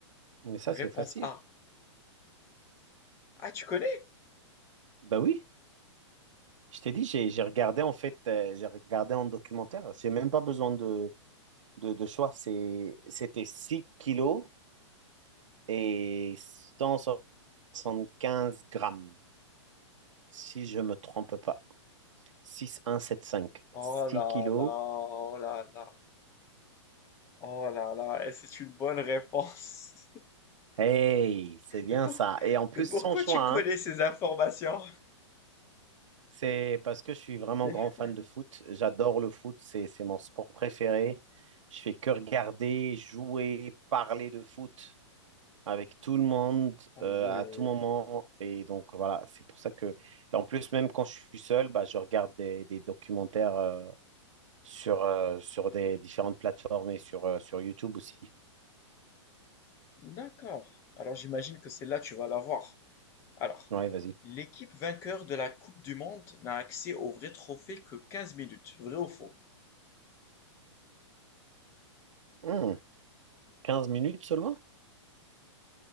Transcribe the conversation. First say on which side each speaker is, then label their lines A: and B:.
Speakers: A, on the right; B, on the left.
A: Mais ça,
B: Réponse
A: c'est facile.
B: A. Ah, tu connais?
A: Bah oui, je t'ai dit, j'ai j'ai regardé en fait, euh, j'ai regardé en documentaire. J'ai même pas besoin de, de, de choix. C'est, c'était 6 kilos et 175 grammes, si je me trompe pas. 6175.
B: Oh
A: six
B: là
A: kilos.
B: là, oh là là, oh là là, et c'est une bonne réponse. <laughs>
A: Hey, c'est bien
B: Mais, pour-
A: ça. Et en plus,
B: mais pourquoi
A: sans choix,
B: tu
A: hein.
B: connais ces informations?
A: C'est parce que je suis vraiment
B: Mais-
A: grand fan de foot. J'adore le foot, c'est, c'est mon sport préféré. Je fais que regarder, jouer, parler de foot avec tout le monde
B: Ah
A: euh,
B: ouais,
A: à tout moment. Et donc, voilà, c'est pour ça que. Et en plus, même quand je suis seul, bah, je regarde des, des documentaires euh, sur, euh, sur des différentes plateformes et sur, euh, sur YouTube aussi.
B: d'accord. Alors j'imagine que celle-là, tu vas l'avoir. Alors,
A: Ouais, vas-y.
B: l'équipe vainqueur de la Coupe du monde n'a accès au vrai trophée que 15 minutes. Vrai ou faux?
A: Hmm, 15 minutes seulement?